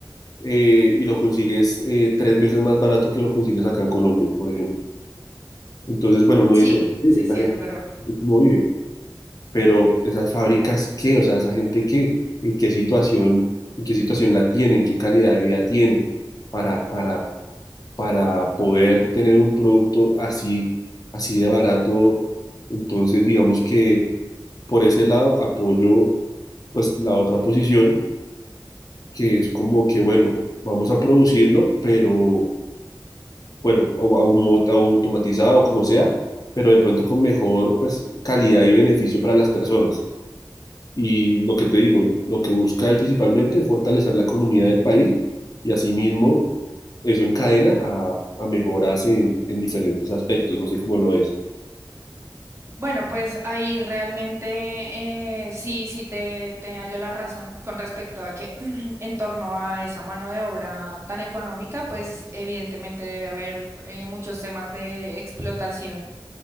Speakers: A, on the left; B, on the right.
A: eh, y lo consigues eh, tres veces más barato que lo consigues acá en Colombia, por ejemplo. Entonces, bueno, uno
B: Sí,
A: dice, "Ey,
B: sí,
A: esta
B: sí,
A: gente,
B: es verdad.
A: ¿cómo vive? pero esas fábricas, ¿qué? O sea, esa gente, ¿qué? ¿En qué situación, en qué situación la tiene? ¿En qué calidad de vida tiene? Para, para, para poder tener un producto así, así de barato. Entonces, digamos que por ese lado apoyo, pues, la otra posición, que es como que, bueno, vamos a producirlo, pero, bueno, au- au- automatizado, como sea, pero de pronto con mejor, pues, calidad y beneficio para las personas. Y lo que te digo, lo que busca él principalmente es fortalecer la economía del país y asimismo eso encadena a, a mejoras en, en diferentes aspectos, no sé cómo lo es.
B: Bueno, pues ahí realmente eh, sí, sí te, te hallo la razón con respecto a que <clears throat> en torno a esa mano de obra tan económica, pues evidentemente debe haber eh, muchos temas de explotación.